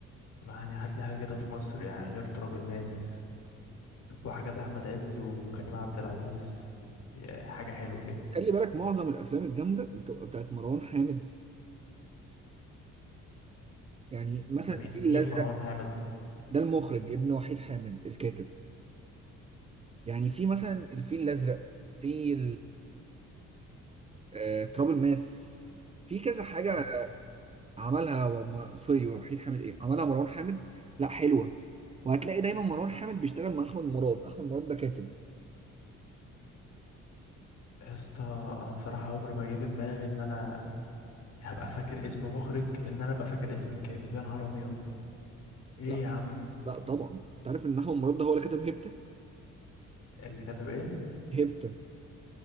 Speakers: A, on the left; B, on the right.
A: يعني هات لي حاجه كده في مصر يعني غير تراب الماس وحاجات احمد عز وكريم عبد العزيز يا- حاجه حلوه كده
B: خلي بالك معظم الافلام الجامده بتبقى بتاعت مروان حامد يعني مثلا
A: ده مين
B: الفيل الازرق
A: مين مروان حامد
B: ده المخرج ابن وحيد حامد الكاتب يعني في مثلا الفيل الازرق في آه، تراب الماس في كذا حاجة
A: اه
B: عملها وما... سوري وحيد حامد ايه عملها مروان حامد لا حلوة وهتلاقي دايما مروان حامد بيشتغل مع احمد مراد احمد مراد ده كاتب
A: يا اسطى انا بصراحه عمري ما جه في دماغي ان انا هبقى فاكر اسم مخرج ان انا ابقى فاكر اسم الكاتب يا نهار ابيض ايه
B: لا
A: يا عم
B: لا طبعا انت عارف ان احمد مراد ده هو اللي كتب هيبتا
A: اللي كتب ايه
B: هيبتا